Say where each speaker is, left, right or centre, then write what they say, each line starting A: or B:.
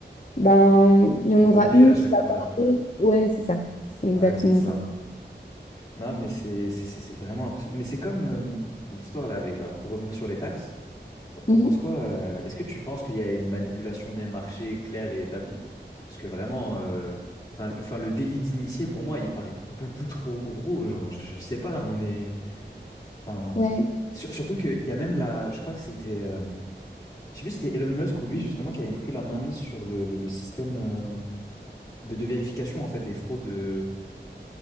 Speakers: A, on the left; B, on the left.
A: ben, il y en
B: On
A: aura
B: oublie
A: une
B: à chaque
A: qui va
B: fois
A: passer.
B: la presse.
A: Ouais, c'est ça. C'est exactement
B: Ouais, c'est ça.
A: ça.
B: Non, mais c'est c'est- c'est- c'est vraiment impressionnant. Mais c'est comme euh, l'histoire là avec, bah, on peut revenir sur les taxes. T'en t'en
A: Mhm.
B: penses quoi? euh, Est-ce que tu penses qu'il y a une manipulation des marchés claire et établie? Parce que vraiment, euh, enfin, le- enfin le délit d'initié pour moi il paraît beaucoup trop gros. Genre, je, je sais pas, on est Enfin,
A: Ouais.
B: sur- surtout qu'il y a même la, je crois que c'était, euh, je sais plus si c'était Elon Musk ou lui justement qui avait pris la main mise sur le, le- le système euh, de, de vérification en fait des fraudes, euh,